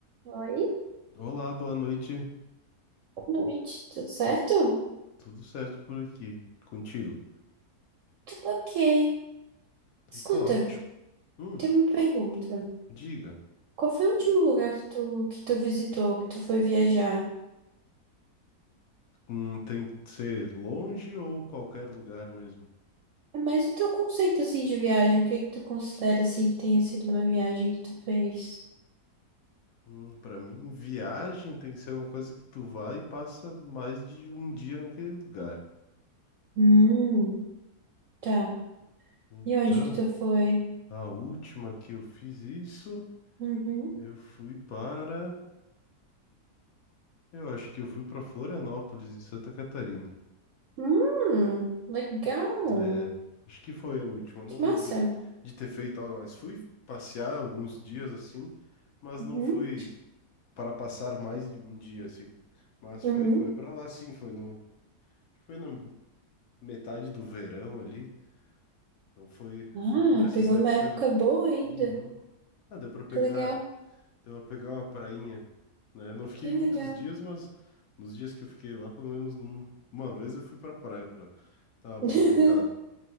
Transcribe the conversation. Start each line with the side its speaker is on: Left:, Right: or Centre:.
Right: Oi,
Left: Olá, boa noite.
Right: boa noite, tudo certo?
Left: Tudo certo por aqui? Contigo?
Right: Tudo ok. Escuta,
Left: Então tá ótimo. Hum,
Right: tem uma pergunta.
Left: diga.
Right: Qual foi o último lugar que tu, que tu visitou, que tu foi viajar?
Left: Hum, tem que ser longe ou qualquer lugar mesmo?
Right: É mais o teu conceito, assim, de viagem. O que é que tu considera, assim, que tenha sido uma viagem que tu fez?
Left: Hum, pra mim, viagem tem que ser uma coisa que tu vai e passa mais de um dia naquele lugar.
Right: Hum, tá.
Left: Então,
Right: E onde que tu foi?
Left: a última que eu fiz isso,
Right: Uhum.
Left: eu fui para. Eu acho que eu fui para Florianópolis, em Santa Catarina.
Right: Hum, legal.
Left: É, acho que foi a última. Não
Right: Que massa.
Left: lembro de, de ter feito algo, mas fui passear alguns dias assim, mas
Right: Uhum,
Left: não fui para passar mais de um dia assim. Mas
Right: uhum.
Left: foi, foi para lá sim, foi no, foi na metade do verão ali. Então foi,
Right: Ah,
Left: foi por essas
Right: pegou
Left: épocas.
Right: uma época boa ainda.
Left: Uhum. Ah, deu para pegar,
Right: Que legal,
Left: deu para pegar uma prainha, né? Não fiquei
Right: que legal.
Left: muitos dias, mas nos dias que eu fiquei lá, pelo menos num- uma vez eu fui para praia para dar uma aproveitada,
Right: <laughs>